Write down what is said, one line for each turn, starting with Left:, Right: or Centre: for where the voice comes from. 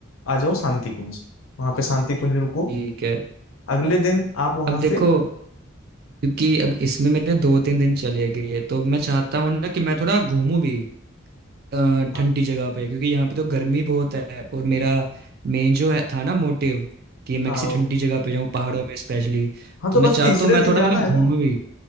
Left: आ जाओ शांति कुंज वहां पे शांति कुंज रुको
Right: ठीक है
Left: अगले दिन आप वहां
Right: अब देखो
Left: से
Right: क्योंकि अब इसमें मेरे दो तीन दिन चले गए तो मैं चाहता हूँ ना कि मैं थोड़ा घूमूं भी अ,
Left: हाँ
Right: ठंडी जगह पे क्योंकि यहाँ पे तो गर्मी बहुत है और मेरा मेन जो है था ना मोटिव कि मैं
Left: हाँ
Right: किसी ठंडी जगह पे जाऊँ पहाड़ों में स्पेशली
Left: हाँ,
Right: तो
Left: तो
Right: मैं
Left: बस
Right: चाहता
Left: तीसरे
Right: हूँ मैं थोड़ा
Left: दिन जाना
Right: मतलब
Left: है ना
Right: घूमूं भी